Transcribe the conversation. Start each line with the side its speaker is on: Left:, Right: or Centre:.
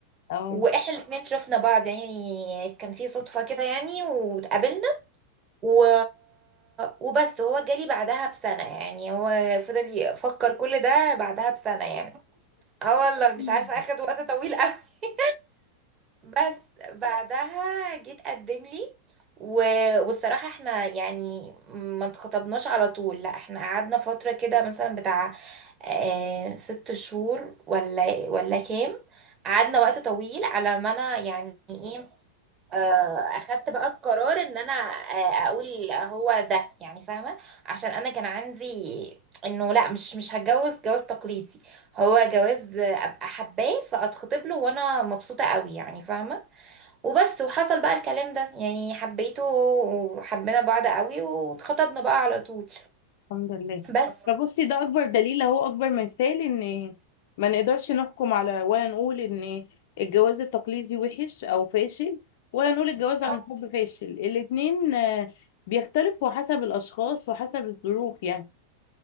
Left: اه
Right: واحنا الاتنين شفنا بعض يعني كان في صدفة كده يعني واتقابلنا و... وبس هو جالي بعدها بسنة يعني هو فضل يفكر كل ده بعدها بسنة يعني اه والله مش
Left: مم.
Right: عارفة اخد وقت طويل قوي <laughs> بس بعدها جيت قدم لي و... والصراحة احنا يعني ما اتخطبناش على طول لا احنا قعدنا فترة كده مثلا بتاع اه ست شهور ولا ولا كام قعدنا وقت طويل على ما انا يعني ايه اه اخدت بقى القرار ان انا اه اقول هو ده يعني فاهمة عشان انا كان عندي انه لا مش مش هتجوز جواز تقليدي هو جواز ابقى حباه فاتخطب له وانا مبسوطة قوي يعني فاهمة وبس وحصل بقى الكلام ده يعني حبيته وحبينا بعض قوي واتخطبنا بقى على طول
Left: الحمد لله
Right: بس
Left: فبصي ده اكبر دليل اهو اكبر مثال ان ما نقدرش نحكم على ولا نقول ان الجواز التقليدي وحش او فاشل ولا نقول الجواز عن
Right: أه،
Left: الحب فاشل الاتنين آه، بيختلفوا حسب الاشخاص وحسب الظروف يعني